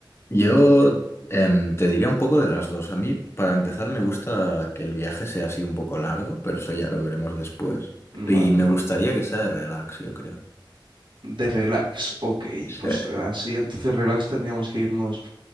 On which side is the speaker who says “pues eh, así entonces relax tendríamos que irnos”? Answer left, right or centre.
Right